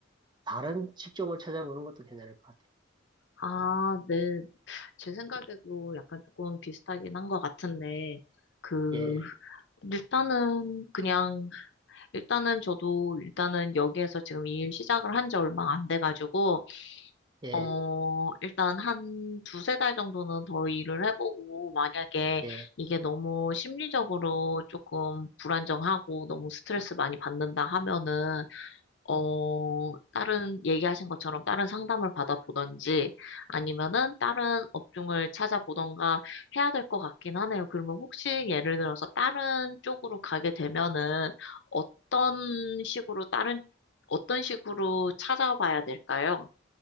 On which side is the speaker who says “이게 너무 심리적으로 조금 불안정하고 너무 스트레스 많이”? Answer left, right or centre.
Left